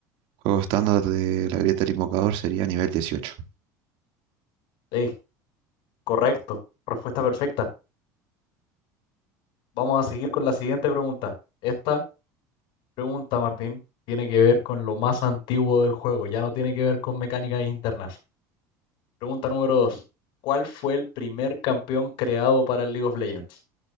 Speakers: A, on the right (about 65°); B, on the left (about 65°).
A: juego estándar de la grieta del invocador sería nivel dieciocho
B: Ey, correcto, respuesta perfecta. Vamos a seguir con la siguiente pregunta. Esta pregunta, Martín, tiene que ver con lo más antiguo del juego, ya no tiene que ver con mecánicas internas. Pregunta número 2: ¿Cuál fue el primer campeón creado para el League of Legends?